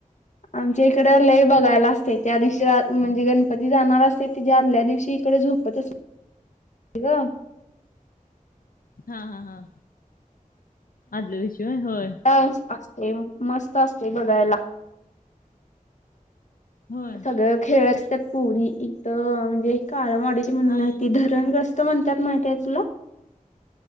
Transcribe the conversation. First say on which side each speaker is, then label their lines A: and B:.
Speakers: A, on the left; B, on the left.
A: आमच्या इकड लय बघायला
B: होय.
A: असते त्या दिवशी म्हणजे गणपती जाणार असते त जे आदल्या दिवशी इकडे झोपत असते ठी का
B: हा हा हा आदल्या विषय होय
A: त्या अस ते मस्त असते बघायला
B: होय
A: सगळं खेळ असतात पुरी इथ म्हणजे काळमाडीची म्हणणं
B: हा
A: ती धरणग्रस्त म्हणतात माहिती आहे तुला